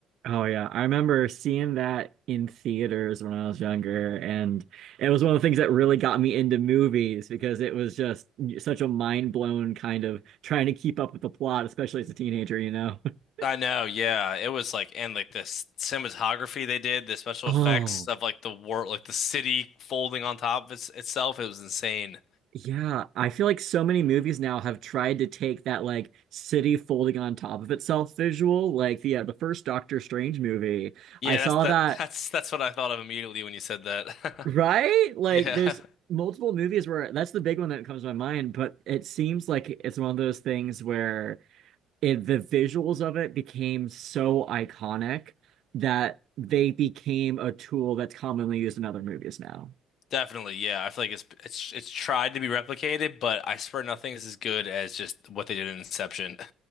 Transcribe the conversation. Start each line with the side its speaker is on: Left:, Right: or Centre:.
Right: Oh yeah, I remember seeing that in theaters when I was younger, and it was one of the things that really got me into movies because it was just such a mind-blown kind of trying to keep up with the plot, especially as a teenager, you know. <laughs>
Left: I know, yeah. It was like and like the s- cinematography they did, the special
Right: Oh,
Left: effects of like the war, like the city folding on top of its, itself. It was insane.
Right: yeah. I feel like so many movies now have tried to take that like city folding on top of itself visual. Like the uh, the first Doctor Strange movie,
Left: Yeah,
Right: I saw
Left: that's that.
Right: that
Left: <laughs> That's that's what I thought of immediately when you said that.
Right: Right?
Left: <laughs>
Right: Like
Left: Yeah,
Right: there's multiple movies where that's the big one that comes to my mind, but it seems like it's one of those things where it, the visuals of it became so iconic that they became a tool that's commonly used in other movies now.
Left: definitely. Yeah, I feel like it's it's it's tried to be replicated, but I swear nothing is as good as just what they did in Inception. <laughs>